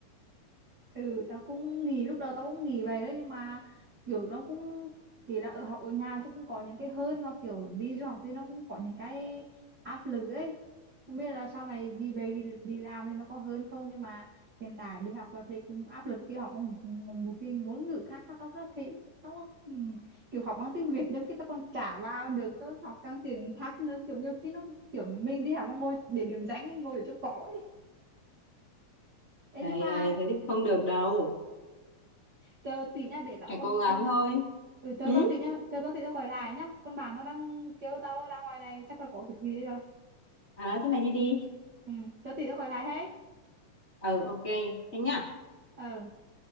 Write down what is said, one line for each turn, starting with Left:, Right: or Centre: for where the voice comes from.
Right: ừ tao cũng nghỉ lúc đầu tao cũng nghỉ vậy đấy nhưng mà kiểu nó cũng kỳ là ở học ở nhà chứ cũng có những cái hơn mà kiểu đi du học thì nó cũng có những cái áp lực ấy không biết là sau này đi về đi đi làm thì nó có hơn không nhưng mà hiện tại đi học là thấy cũng áp lực đi học bằng một, một, một cái ngôn ngữ khác nó tao nó thấy nó ừm, kiểu học bằng tiếng Việt nhiều khi tao còn chả vào được tao học trong tiếng khác nữa kiểu nhiều khi nó kiểu mình đi học mà ngồi để điểm danh ấy, ngồi để cho có ấy. Ê,
Left: ấy
Right: nhưng mà
Left: ấy thế thì không được đâu
Right: chờ tí nha để tao
Left: hãy
Right: con
Left: cố gắng
Right: con
Left: thôi
Right: ừ chờ
Left: Ừ?
Right: tao tí nhá chờ tao tí tao gọi lại nhá con bạn nó đang kêu tao ra ngoài này chắc là có việc gì đấy rồi
Left: à, thế mày đi đi
Right: ừ chờ tí tao gọi lại hết
Left: ờ ok thế nhá
Right: ừ